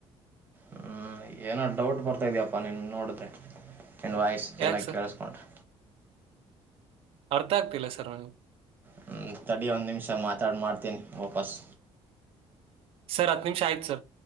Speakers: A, on the right; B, on the right.
A: ಹ್ಮ್ ಏನ ಡೌಟ್ ಬರ್ತಾ ಇದಯಪ್ಪಾ ನೀನ್ ನೋಡಿದ್ರೆ ಎಂಡ್ ವಾಯ್ಸ್ಗೆಲ್ಲ
B: ಯಾಕೆ ಸರ್
A: ಕೇಳಿಸ್ಕೊನ್ಡ್ರಿ
B: ಅರ್ಥ ಆಗ್ತಿಲ್ಲ ಸರ್ ನನಗೆ
A: ಹ್ಮ ತಡಿ ಒಂದ್ ನಿಮಿಷ ಮಾತಾಡ್ ಮಾಡ್ತೇನಿ ವಾಪಸ್
B: ಸರ್ ಹತ್ತು ನಿಮಿಷ ಆಯಿತು ಸರ್